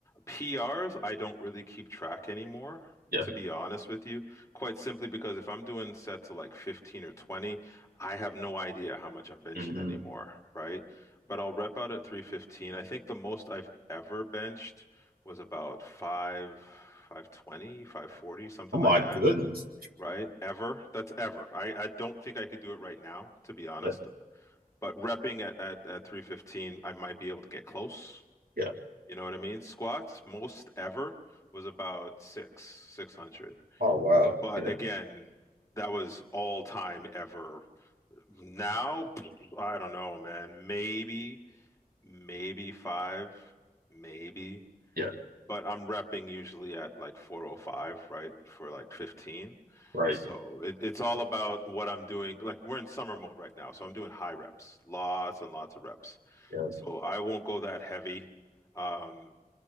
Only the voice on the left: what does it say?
PRs, I don't really keep track anymore,
to be honest with you, quite simply because if I'm doing sets of like 15 or 20, I have no idea how much I'm benching
anymore, right? But I'll rep out at 315. I think the most I've ever benched was about five, five twenty, five forty, something
like
that,
right? Ever. That's ever. I, I don't think I could do it right now, to be honest.
But repping at, at, at 315, I might be able to get close.
You know what I mean? Squats, most ever was about six, 600.
But
again, that was all time ever. Now, I don't know, man. Maybe, maybe five, maybe
but I'm repping usually at like 405, right, for like 15.
So it, it's all about what I'm doing. Like we're in summer mode right now, so I'm doing high reps, lots and lots of reps.
So I won't go that heavy um,